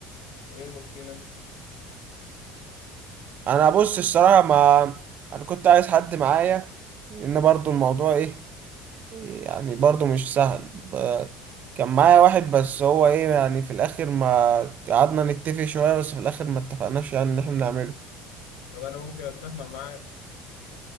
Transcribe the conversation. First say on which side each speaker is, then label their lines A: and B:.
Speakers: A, on the left; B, on the right.
A: وايه المشكلة
B: انا بص الصراحة ما انا كنت عايز حد معايا لان برضو الموضوع ايه يعني برضو مش سهل ب... كان معايا واحد بس هو ايه يعني في الاخر ما قعدنا نتفق شوية بس في الاخر ما اتفقناش يعني ان احنا نعمله
A: طب انا ممكن اتفق معاك